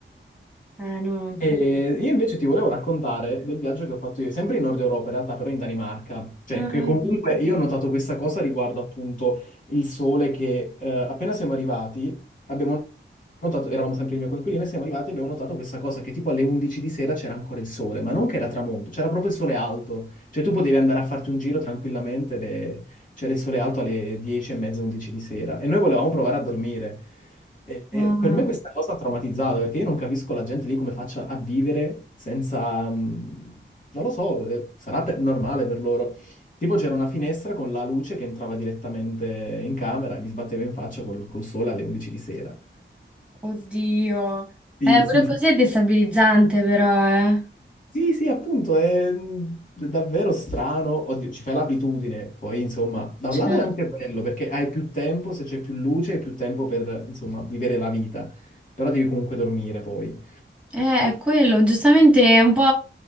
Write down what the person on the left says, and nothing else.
E io invece ti volevo raccontare del viaggio che ho fatto io, sempre in Nord Europa, in realtà però in Danimarca, cioè
che
comunque io ho notato questa cosa riguardo appunto il sole che eh, appena siamo arrivati abbiamo notato, eravamo sempre il mio coinquilino e siamo arrivati e abbiamo notato questa cosa che tipo alle 11 di sera c'era ancora il sole, ma non che era tramonto, c'era proprio il sole alto, cioè tu potevi andare a farti un giro tranquillamente, ed è- c'era il sole alto alle 10 e mezza, 11 di sera e noi volevamo provare a dormire. E- e
per me questa cosa ha traumatizzato perché io non capisco la gente lì come faccia a vivere senza, mm, non lo so, eh, sarà per- normale per loro. Tipo c'era una finestra con la luce che entrava direttamente in camera e mi sbatteva in faccia col, col sole alle 11 di sera.
Sì,
sì,
sì,
Sì, sì, appunto, è mm, davvero strano. Oddio, ci fai l'abitudine, poi insomma, da
un lato è anche bello perché hai più tempo, se c'è più luce, hai più tempo per, insomma, vivere la vita, però devi comunque dormire poi.